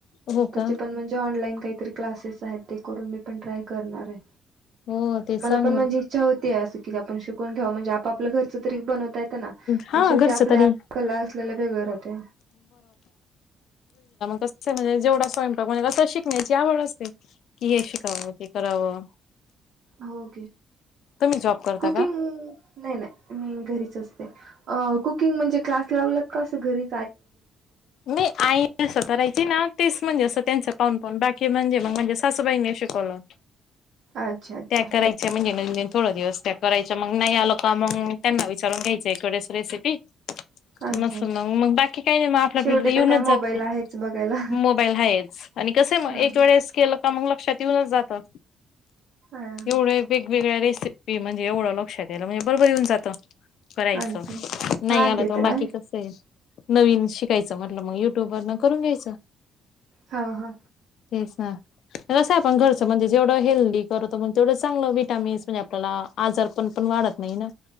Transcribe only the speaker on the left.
हो का?
हो ते चांगलं
हा
घरचं
तरी
कस म्हणजे जेवढा स्वयंपाक म्हणजे कस शिकण्याची आवड असते कि हे शिकावं ते करावं
तुम्ही जॉब करता
का?
मी आई स्वत ना तेच म्हणजे असं त्यांच पाऊन पान बाकी म्हणजे मग म्हणजे सासूबाईने शिकवलं
त्या करायच म्हणजे थोड दिवस त्या करायच्या मग नाही आलं का मग त्यांना विचारून घ्यायच एककडेच रेसिपी
मस
मग मग बाकी आप
फड येन
जात
मोबाईल हा कस वेळे
के ता मग लक्षात येऊनच जातं
एवढ्या वेगवेगळ्या रे म्हणजे एवढं लक्षात यायला म्हणजे बर बररी होऊन जातं करायचं
नाही
आलं
तर मग बाकी
कस येईल नवीन शिकायचं म्हटलं मग युट्यूब वर न करून घ्यायचं
ते कसं आपण घरचं म्हणजे जेवढं हेल्दी करु तर मग तेवढं चांगलं विटामिन्स म्हणजे आपल्याला आजार पण पण वाढत नाही ना